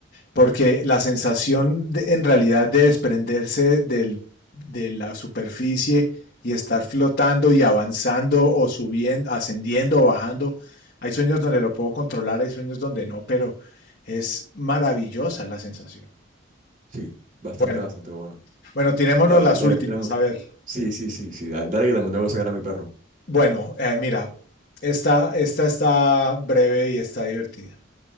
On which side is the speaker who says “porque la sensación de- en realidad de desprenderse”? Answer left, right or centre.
Left